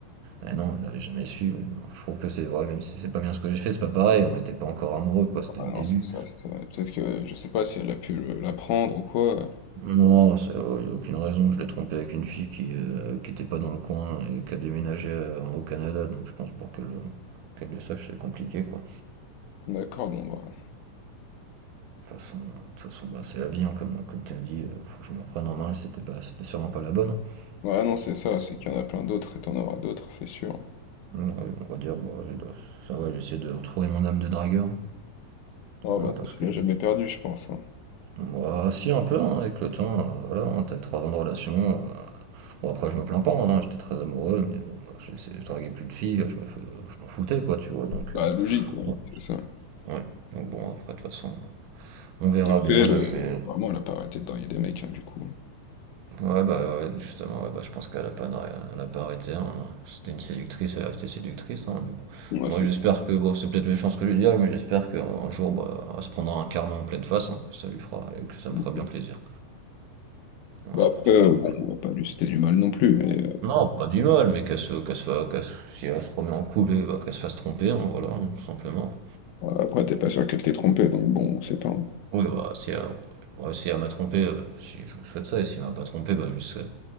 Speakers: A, on the right; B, on the left.
A: Ah non, elle l'avait jamais su, mais bon, je trouve que c'est vrai, même si c'est pas bien ce que j'ai fait, c'est pas pareil, on n'était pas encore amoureux, quoi, c'était
B: Ah
A: le début.
B: non, c'est ça, c'est ça. Peut-être que je sais pas si elle a pu le- l'apprendre ou quoi.
A: Non, il n'y a aucune raison, je l'ai trompé avec une fille qui euh, qui était pas dans le coin et qui a déménagé euh, au Canada, donc je pense pour qu'elle qu'elle le sache, c'est compliqué, quoi.
B: D'accord, bon, bah.
A: De toute façon, de toute façon, bah, c'est la vie, hein, comme, comme tu as dit, euh, faut que je me reprenne en main, et c'était pas, c'était sûrement pas la bonne. hein.
B: Ouais, non, c'est ça,
A: C'était
B: c'est
A: sûrement-
B: qu'il y en a plein d'autres et t'en auras d'autres, c'est sûr.
A: Ouais, on va dire, bon, j'ai- de- ça va, j'essaie de retrouver mon âme de dragueur,
B: Ah,
A: voilà,
B: bah,
A: parce
B: toi, tu
A: que
B: l'as jamais perdu, je pense. hein.
A: Bah, si, un peu, hein, avec le temps, euh, voilà, hein, t'as trois ans de relation. euh, Bon, après, je me plains pas, hein, j'étais très amoureux, mais bon, moi, j'ai essayé- je draguais plus de filles, je me fais- je m'en foutais, quoi, tu vois, donc...
B: Bah,
A: euh,
B: logique, ouais,
A: ouais,
B: c'est ça.
A: ouais. Donc bon, après, de toute façon, on verra
B: Après,
A: bien,
B: elle,
A: là,
B: euh,
A: je vais...
B: vraiment, elle a pas arrêté de draguer des mecs, hein, du coup.
A: Ouais, bah, ouais, justement, ouais, bah, je pense qu'elle a pas, d'arr- elle a pas arrêté, hein. C'était une séductrice, elle est restée séductrice, hein, mais bon.
B: Ouais,
A: Moi,
B: c'est
A: j'espère
B: ça.
A: que, bon, c'est peut-être méchant ce que je dis, mais j'espère qu'un jour, bah, elle se prendra un karma en pleine face, hein, ça lui fera, et que ça me
B: Bon,
A: fera bien plaisir. Voilà,
B: après,
A: parce
B: euh,
A: que, bon,
B: bon, on va pas lui citer du mal non plus, mais
A: Non, pas du mal, mais qu'elle se, qu'elle soit, qu'elle se- si elle se remet en couple, eh ben, qu'elle se fasse tromper, hein, voilà, hein, tout simplement.
B: euh, ouais, après, t'es pas sûr qu'elle t'ait trompé, donc bon, c'est pas un
A: Oui, bah, si elle, ouais, si elle m'a trompé, euh, si je vous souhaite ça, et si elle m'a pas trompé, bah, juste, euh,